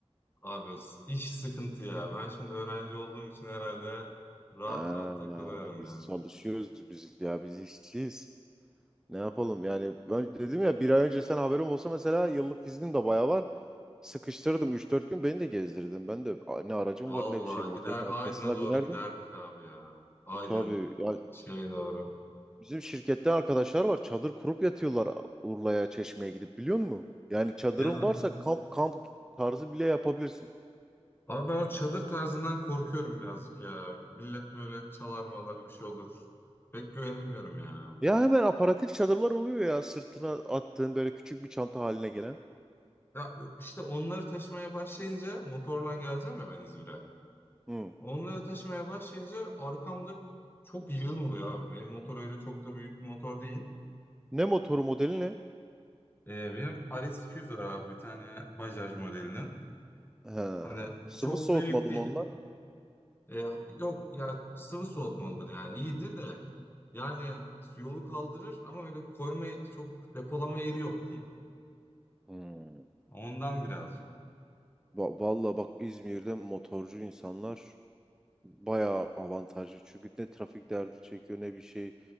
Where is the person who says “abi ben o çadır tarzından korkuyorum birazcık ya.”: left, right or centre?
Left